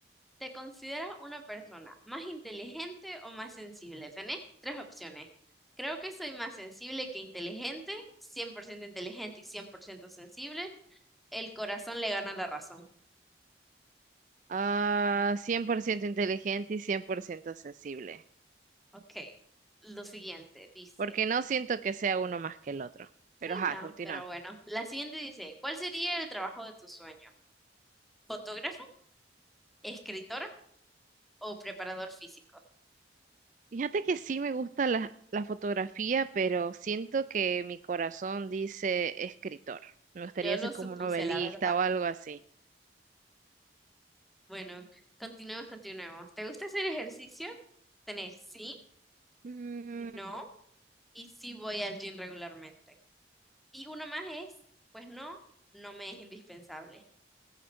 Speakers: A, in the centre; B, on the right.
A: ¿Te consideras una persona más inteligente o más sensible? Tenés tres opciones. Creo que soy más sensible que inteligente, 100% inteligente y 100% sensible. El corazón le gana la razón.
B: Ah, 100% inteligente y 100% sensible,
A: Ok. Lo siguiente dice.
B: porque no siento que sea uno más que el otro.
A: Sí,
B: Pero ajá,
A: no,
B: continúa.
A: pero bueno. La siguiente dice, ¿cuál sería el trabajo de tu sueño? ¿Fotógrafo, escritor o preparador físico?
B: Fíjate que sí me gusta la, la fotografía, pero siento que mi corazón dice escritor. Me gustaría
A: Yo lo
B: ser
A: supuse,
B: como un novelista
A: la verdad.
B: o algo así.
A: Bueno, continuemos, continuemos. ¿Te gusta hacer ejercicio? Tenés sí,
B: Mm,
A: no y sí voy al gym regularmente. Y una más es, pues no, no me es indispensable.